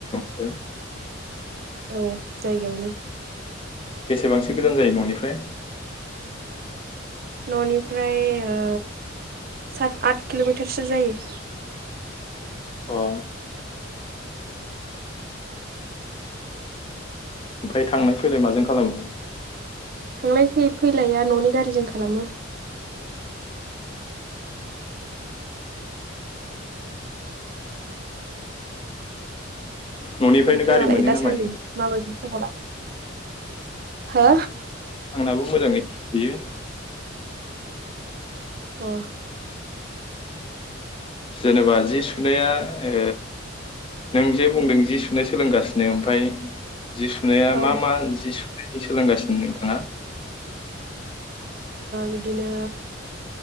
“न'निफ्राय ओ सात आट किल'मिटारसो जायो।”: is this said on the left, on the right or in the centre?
Right